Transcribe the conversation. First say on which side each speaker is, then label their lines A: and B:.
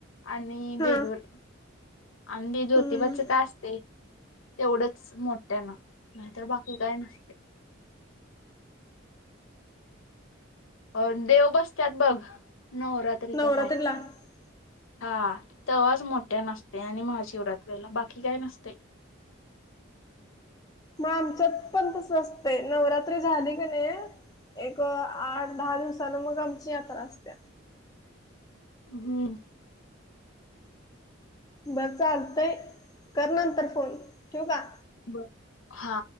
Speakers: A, on the left; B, on the left.
A: आणि
B: हा
A: बेदूर आणि ज्योतिबाचं
B: हम्म
A: काय असतंय तेवढंच मोठ्यानं नाहीतर बाकी काय नसतय. अ देव बसत्यात बघ नवरात्री
B: नवरात्रीला
A: का काय.
B: हम्म
A: हा तवाच मोठ्यानं असतंय आणि महाशिवरात्रीला बाकी काय नसतंय.
B: मग आमच्यात पण तस असतंय नवरात्री झाली का नय एक आठ दहा दिवसानं मग आमची यात्रा असते.
A: हम्म.
B: बरं चालतय कर नंतर फोन ठेवू का?
A: बर. हा.